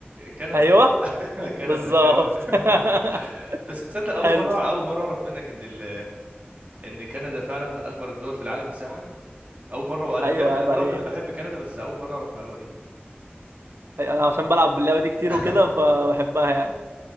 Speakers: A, on the right; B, on the right.
A: كندا
B: ايوه
A: <laughs> كندا
B: بالظبط
A: كندا <laughs>
B: <laughs>
A: بس تصدق اول
B: حلو
A: مره اول مره اعرف منك ان ال... ان كندا فعلا من اكبر الدول في العالم مساحه اول مره وانا
B: ايوه
A: بجد
B: عيب
A: انا برغم
B: عليك
A: اني بحب كندا بس اول مره اعرف المعلومه دي
B: أي- انا عشان بلعب باللعبة دي كتير
A: <laughs>
B: وكده فبحبها يعني